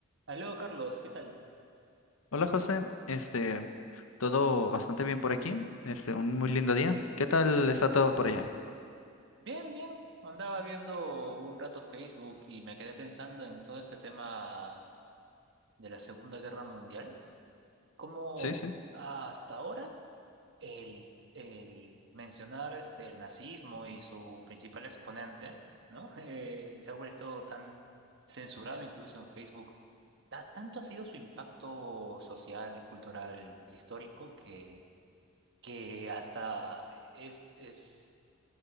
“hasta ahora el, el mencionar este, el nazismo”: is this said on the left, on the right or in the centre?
Right